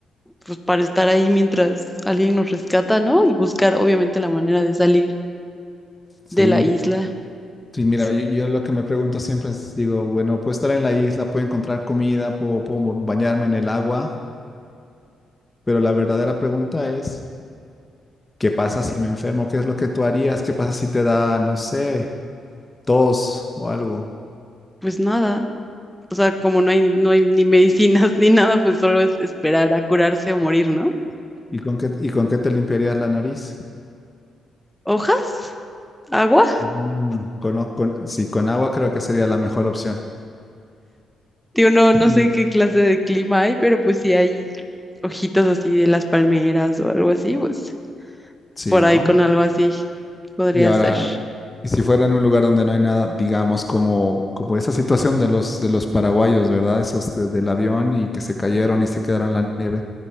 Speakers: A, in the centre; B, on the left.
A: pues para estar ahí mientras alguien nos rescata, ¿no? Y buscar obviamente la manera de salir
B: Sí,
A: de la isla.
B: sí, mira,
A: S-
B: yo, yo lo que me pregunto siempre es, digo, bueno, puedo estar en la isla, puedo encontrar comida, puedo puedo bañarme en el agua, pero la verdadera pregunta es... ¿Qué pasa si me enfermo? ¿Qué es lo que tú harías? ¿Qué pasa si te da, no sé, tos o algo?
A: Pues nada, o sea, como no hay, no hay ni medicinas <laughs> ni nada, pues solo es esperar a curarse o morir, ¿no?
B: ¿Y con qué, y con qué te limpiarías la nariz?
A: ¿Hojas? ¿Agua?
B: Mm, con, o- con- sí, con agua creo que sería la mejor opción.
A: Tío, no, no
B: Y-
A: sé qué clase de clima hay, pero pues si hay hojitas así de las palmeras o algo así, pues
B: Sí,
A: por
B: ¿no?
A: ahí con algo así podría
B: Y ahora,
A: ser.
B: y si fuera en un lugar donde no hay nada, digamos, como, como esa situación de los, de los paraguayos, ¿verdad? Esos de- del avión y que se cayeron y se quedaron en la nieve.